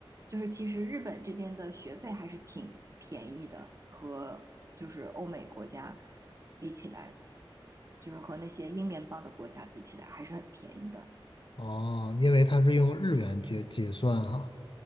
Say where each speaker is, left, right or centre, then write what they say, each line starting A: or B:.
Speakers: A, on the right; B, on the left.
A: 就是其实日本这边的学费还是挺便宜的，和就是欧美国家比起来，就是和那些英联邦的国家比起来，还是很便宜的。
B: 哦，因为它是用日元结结算哈。